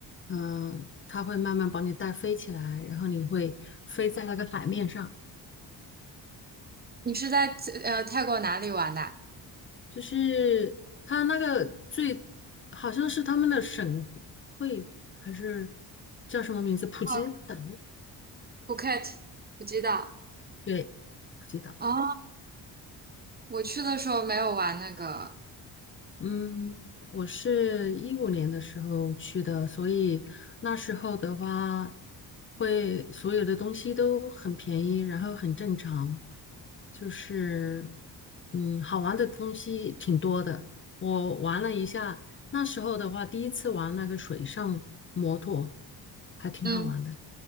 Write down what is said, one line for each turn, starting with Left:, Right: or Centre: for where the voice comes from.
Left: 嗯、呃它会慢慢把你带飞起来，然后你会飞在那个海面上，
Right: 你是在呃泰国哪里玩的啊？
Left: 就是它那个最好像是他们的省会还是叫什么名字？普吉岛，
Right: 哦，Phuket，普吉岛。
Left: 对，普吉岛。
Right: 哦，我去的时候没有玩那个。
Left: 嗯，我是一五年的时候去的，所以那时候的话，会所有的东西都很便宜，然后很正常，就是嗯，好玩的东西挺多的。我玩了一下，那时候的话，第一次玩那个水上摩托，还挺好玩的。
Right: 嗯。